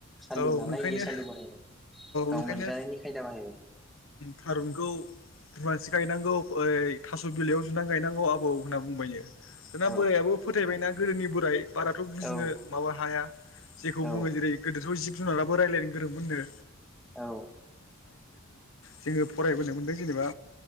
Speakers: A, in the centre; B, on the left (about 75°).
A: सालु
B: औ
A: नालाय
B: ओंखायनो
A: बियो सालु बाहायबाय गाव
B: बेखायनो
A: मोनजानायनि खायदा बाहायबाय
B: थारुनखौ रुनानैसो गायनांगौ ओइ थास' बिलाइयाव जुनानै गायनांगौ आबौ होनना बुंबायनो दाना
A: औ
B: बोरायाबो फोथायबायना गोदोनि बोराय बाराथ' बुजिनो
A: औ
B: हाया जेखौ
A: औ
B: बुङो जेरै गोदोथ' जिब जुनाराबो रायज्लायनो गोरोंमोननो
A: औ
B: जोङो फरायबोनो मोनदों जेनेबा